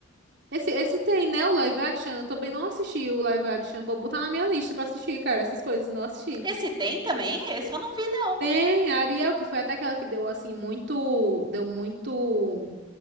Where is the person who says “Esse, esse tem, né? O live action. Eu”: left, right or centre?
Right